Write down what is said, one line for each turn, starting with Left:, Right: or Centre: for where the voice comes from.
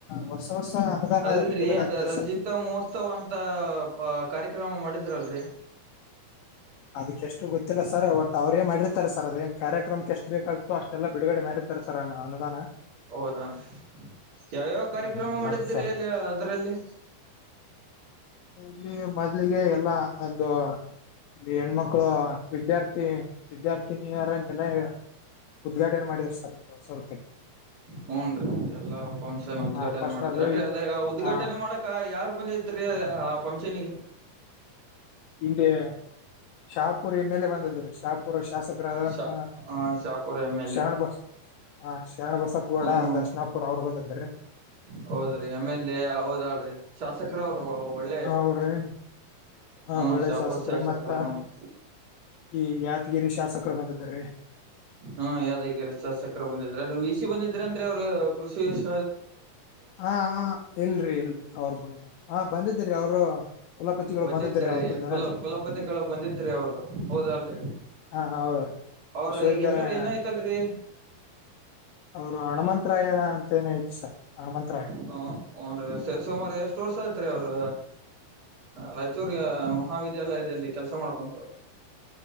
Left: ವರ್ಷ ವರ್ಷ ಅನುದಾನ
Right: ಅಲ್ರರಿ
Left: ಬಿಡುಗಡೆ
Right: ಅದ
Left: ಆಗ್ತದೆ
Right: ರಜಿತ್
Left: ಸರ್
Right: ಮಹೋತ್ತವ್ ಅಂತ ಕಾರ್ಯಕ್ರಮ ಮಾಡಿದ್ರಲ್ರರಿ
Left: ಅದಕ್ಕೆ ಎಷ್ಟು ಗೊತ್ತಿಲ್ಲ ಸರ್ ಒಟ್ಟ ಅವರೇ ಮಾಡಿರ್ತಾರೆ ಸರ್ ಅದೇ ಕಾರ್ಯಕ್ರಮಕ್ಕೆ ಎಷ್ಟು ಬೇಕಾಗ್ತೋ ಅಷ್ಟೆಲ್ಲ ಬಿಡುಗಡೆ ಮಾಡಿತ ತಾರ್ ಸರ್ ಅನುದಾನ.
Right: ಹೌದನ್ರಿ ಯಾವ್ಯಾವ ಕಾರ್ಯಕ್ರಮ
Left: ಹ್ಮ್ ಹ್ಮ್
Right: ಮಾಡಿದಿರಿ
Left: ಹೌದು ಸರ್
Right: ಅಲ್ಲಿ ಅದರಲ್ಲಿ.
Left: ಇಲ್ಲಿ ಮೊದ್ಲಿಗೆ ಎಲ್ಲಾ ಒಂದು ಇಲ್ಲಿ ಹೆಣ್ಮಕ್ಳು ವಿದ್ಯಾರ್ಥಿ ವಿದ್ಯಾರ್ಥಿನಿಯರ ನಿಲಯ ಉದ್ಘಾಟನೆ ಮಾಡಿದ್ರ ಸರ್ ಹೊಸದ
Right: ಹ್ನ್ ರೀ ಎಲ್ಲಾ ಫಂಕ್ಷನ್ ಉದ್ಘಾಟನೆ
Left: ಆ ಫಸ್ಟ್
Right: ಮಾಡಿದ್ರನ್ರಿ
Left: ಅದು
Right: ಅದೇ ಉದ್ಘಾಟನೆ
Left: ಆ,
Right: ಮಾಡಕ್ ಕ್ಕ ಯಾರು ಬಂದಿದ್ರಿ ಆ ಫಂಕ್ಷನ್ಗೆ.
Left: ಇಲ್ಲಿ ಶಾಹಪುರ್ ಎಮ್ ಎಲ್ ಎ ಬಂದಿದ್ರ ರಿ ಶಾಹಪುರ ಶಾಸಕ ರಾದಂತ
Right: ಶಾ ಆ Shahapur M L
Left: Sharana
Right: A
Left: ಬಾಸ್ ಹಾ ಶರಣ ಬಸಪ್ಪ ಗೌಡ
Right: ಹ್ಮ್
Left: ದರ್ಶನಪುರ್ ಅವ್ರು ಬಂದೀದ್ರಿ.
Right: ಹೌದ್ರಿ ಎಮ್ ಎಲ್ ಎ ಹೌದಾಳ್ರಿ ಶಾಸಕರ ಅವ್ರ ಒಳ್ಳೆ.
Left: ಅವ್ರಿ ಆ
Right: ಹ್ಮ
Left: ಒಳ್ಳೆ
Right: ಶಾಪುರ್ ಶಾಸಕರು
Left: ಮತ್ತ
Right: ಹನ್ರಿ.
Left: ಈ ಯಾದಗಿರಿ ಶಾಸಕರು ಬಂದಿದ್ರ ರೀ.
Right: ಹಾ ಯಾವಾದಗಿರಿ ಶಸಕರು ಬಂದಿದ್ರ ವಿ ಸಿ ಬಂದಿದ್ರನ್ರಿ ಅವ್ರು ಕೃಷಿ ವಿಷ
Left: ಹ ಇಲ್ರರಿ ಇಲ್ರರಿ ಅವರು ಹ ಬಂದಿದ್ರರಿ ಅವರು. ಕುಲಪತಿಗಳು
Right: ಬಂದಿದ್ದ್ರೀ
Left: ಬಂದಿದ್ರಿ ಅವತ್ತೊಂದ್ ದಿನ
Right: ಕುಲ
Left: ರೀ
Right: ಕುಲಪತಿಗಳ ಬಂದಿದ್ರಿ ಅವ್ರು ಹೌದ ಅಲ್ರರಿ.
Left: ಹಾ ಹೌದ್ರಿ
Right: ಅವ್ರ
Left: ವಿಶ್ವವಿದ್ಯಾಲಯ
Right: ಹೆಸರು ಏನಐ್ತಲ್ರರಿ.
Left: ಅವರು ಹಣಮಂತ್ರಾಯ ಅಂತ ಏನ ಇತ್ ಸರ್ ಹಣಮಂತರಾಯ.
Right: ಹ ಹಾನ್ರಿ ಸರಿ ಸುಮಾರು ಎಷ್ಟು ವರ್ಷ ಆಯತ್ರಿ ಅವರು ರೈ ಚಿೂರಿ ಮಹಾವಿದ್ಯಾಲಯದಲ್ಲಿ ಕೆಲಸ ಮಾಡ್ಕೊಂತು.